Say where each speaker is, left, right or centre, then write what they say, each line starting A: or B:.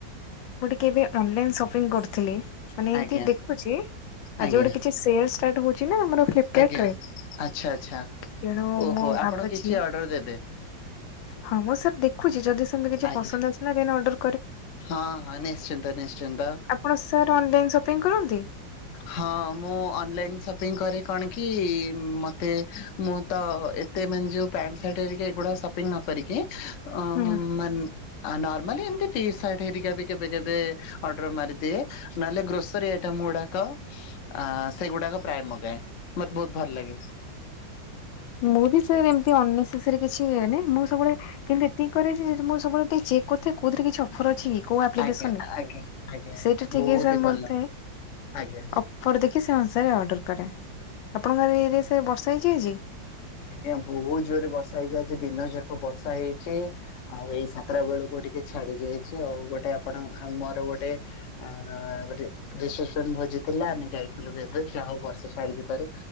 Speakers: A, on the left (about 85°); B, on the left (about 60°).
A: କେବେ ଅନଲାଇନ ସପିଙ୍ଗ କରିଥିଲି। ମାନେ ଏମତି
B: ଆଜ୍ଞା
A: ଦେଖୁଛି, ଆଜି
B: ଆଜ୍ଞା
A: ଗୋଟେ କିଛି ସେଲ ଷ୍ଟାର୍ଟ ହଉ ନା ଆମର ଫ୍ଲିପ୍ କାର୍ଟ୍
B: ଆଜ୍ଞା।
A: ରେ।
B: ଆଚ୍ଛା ଆଚ୍ଛା
A: ତେଣୁ
B: ଓହୋ
A: ମୁଁ
B: ଆପଣ
A: ଭାବୁଚି।
B: କିଛି ଅର୍ଡର ଦେବେ
A: ହଁ ମୁଁ ସାର୍ ଦେଖୁଛି। ଯଦି ସେମିତି କିଛି
B: ଆଜ୍ଞା
A: ପସନ୍ଦ ଆସିଲା। ଦେନ୍‌ ଅଡର୍
B: ହଁ ହଁ। ନିଶ୍ଚିନ୍ତ ନିଶ୍ଚିନ୍ତ।
A: ଆପଣ ସାର୍ ଅନଲାଇନ ସପିଙ୍ଗ କରନ୍ତି?
B: ହଁ ମୁଁ ଅନଲାଇନ ସପିଂ କରେ କଣ କି, ମତେ ମୁଁ ତ ମତେ ମାନେ ଯୋଉ ପ୍ୟାଣ୍ଟ, ସାଟ୍ ହେରିକା ଏଗୁଡ଼ା ସପିଙ୍ଗ ନ କରିକି, ଅ
A: ହୁଁ
B: ମାନେ, ଆନାର୍ ମାନେ ଏମିତି ଟି ସାର୍ଟ ହେରିକା ବି କେବେ, କେବେ ଅର୍ଡର ମାରିଦିଏ। ନହେଲେ ଗ୍ରୋସରୀ ଆଇଟମ ଗୁଡା ତ, ଆ ସେଗୁଡ଼ାକ ପ୍ରାୟ ମଗାଏ। ମତେ ବୋହୁତ୍ ଭଲ ଲାଗେ।
A: ମୁଁ ବି ସାର ଏମିତି ଅନ୍‌ନେସେସେରି କିଛି ନିଏନି। ମୁଁ ସବୁବେଳେ କିନ୍ତୁ ଏତିକି କରେ ଯେ, ମୁଁ ସବୁବେଳେ ଚି ଚେକ୍ କରୁଥାଏ କଉଥିରେ କିଛି ଅଫର୍ ଅଛି କି? କୋଉ ଆପ୍ଲିକେସନ
B: ଆଜ୍ଞା
A: ରେ?
B: ଆଜ୍ଞା ଆଜ୍ଞା
A: ସେଇଟା ଟିକେ
B: ବହୁତ
A: ଏ ସାର୍
B: ହି ଭଲ
A: ମୋତେ
B: ଆଜ୍ଞା।
A: ଅଫର ଦେଖି ସେ ଅନୁସାରେ ଅର୍ଡର କରେ। ଆପଣଙ୍କର ଏରିଆ ସେ ବର୍ଷା ହେଇଛି ଆଜି?
B: ଆଜ୍ଞା ବହୁତ ଜୋରରେ ବର୍ଷା ହେଇଚି ଆଜି। ଦିନଯାକ ବର୍ଷା ହେଇଚି। ଆଉ ଏଇ ସାତଟା ବେଳକୁ ଟିକେ ଛାଡି ଯାଇଛି। ଆଉ ଗୋଟେ ଆପଣ ଆମର ଗୋଟେ, ଆ-ଗୋଟେ ରିସେପ୍ସନ କୁ ଭୋଜିଥିଲା ଆମେ ଯାଇଥିଲୁ ବେଭେ, ଯାହା ହଉ ବର୍ଷା ଛାଡ଼ି ଥିବାରୁ